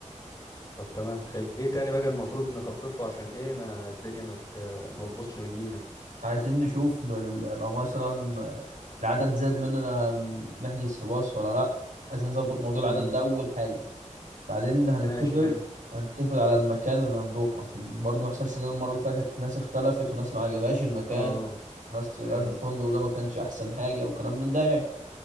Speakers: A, on the left; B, on the right.
A: طب تمام حلو ايه تاني بقى المفروض نخطط له عشان ايه ما الدنيا ما ت- ما تبوظش منينا
B: عايزين نشوف ال- لو مثلا العدد زاد مننا هن- نحجز في باص ولا لا عايزين نظبط موضوع العدد
A: امم
B: ده اول حاجه بعدين هنتفق
A: ماشي حلو
B: هنتفق على المكان اللي هنروحه عشان برضه ما يحصلش زي المره اللي فاتت ناس اختلفت وناس ما عجبهاش المكان
A: اه
B: وناس شغاله
A: امم
B: في الفندق وده ما كانش احسن حاجه وكلام من ده يعني